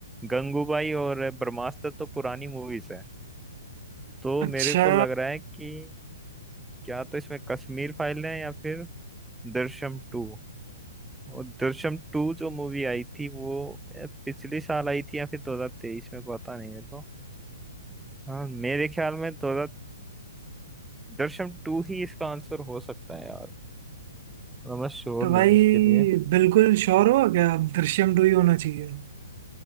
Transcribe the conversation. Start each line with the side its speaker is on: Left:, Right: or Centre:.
Centre: गंगूबाई और ब्रह्मास्त्र तो पुरानी मूवीज है तो
Right: अच्छा
Centre: मेरे को लग रहा है कि क्या तो इसमें कश्मीर फाइल है या फिर दृश्यम टू और दृश्यम टू जो मूवी आई थी वो अ, पिछले साल आई थी या फिर 2023 में पता नहीं मेरे को हाँ मेरे ख्याल में 2000 दृश्यम टू ही इसका आंसर हो सकता है यार तो मैं श्योर
Right: तो
Centre: नहीं
Right: भाई
Centre: हूँ इसके लिए
Right: बिल्कुल श्योर हो क्या अब दृश्यम टू ही होना चाहिए